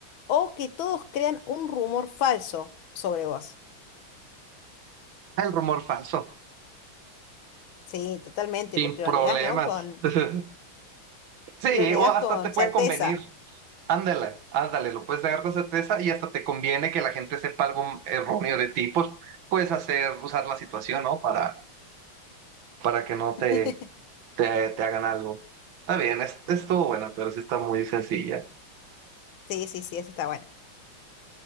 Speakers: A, on the left (about 75°); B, on the right (about 70°).
A: o que todos crean un rumor falso sobre vos?
B: El rumor falso,
A: Sí, totalmente,
B: sin
A: porque
B: problemas.
A: lo negás, ¿no? Con,
B: <laughs> Sí,
A: lo negás
B: o hasta
A: con
B: te puede
A: certeza.
B: convenir. Ándale, ándale, lo puedes negar con certeza y hasta te conviene que la gente sepa algo erróneo de ti, pues puedes hacer, usar la situación, ¿no? Para, para que no te,
A: <laughs>
B: te, te hagan algo. Está bien, es, estuvo buena, pero sí está muy sencilla.
A: Sí, sí, sí, eso está bueno.